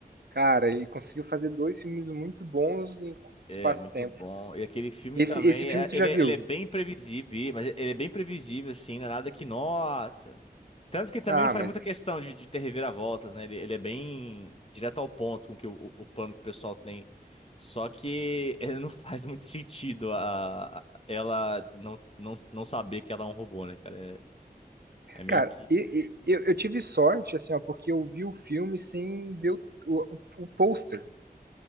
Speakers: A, on the right (about 75°); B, on the left (about 35°).
A: Cara, ele conseguiu fazer dois filmes muito bons em curto espaço
B: É, muito
A: de tempo.
B: bom. E aquele filme
A: Esse,
B: também,
A: esse filme
B: é-
A: tu
B: ele,
A: já viu?
B: é- ele é bem previsível, mas ele é bem previsível, assim, não é nada que, nossa. Tanto que também
A: Ah,
B: não faz
A: mas.
B: muita questão de, de ter reviravoltas, né? Ele, ele é bem direto ao ponto com que o, o o plano que o pessoal tem. Só que <laughs> ele não faz muito sentido a, a- ela não, não, não saber que ela é um robô, né, cara? É, é meio
A: Cara,
B: que.
A: e- e- eu, eu tive sorte, assim, ó, porque eu vi o filme sem ver o, o, o pôster.